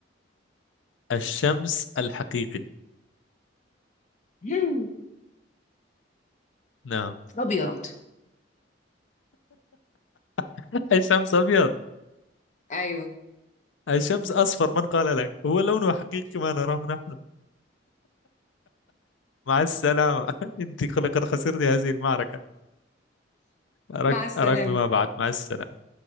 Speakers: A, on the left; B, on the left.
A: الشمس الحقيقي
B: <laughs>
A: نعم
B: ابيض
A: <laughs> الشمس أبيض
B: ايوه
A: الشمس أصفر من قال لك هو لونه حقيقي ما نراه نحن مع السلامة <laughs> أنت لقد خسرت هذه المعركة أراك
B: مع السلامه
A: أراك بما بعد مع السلامة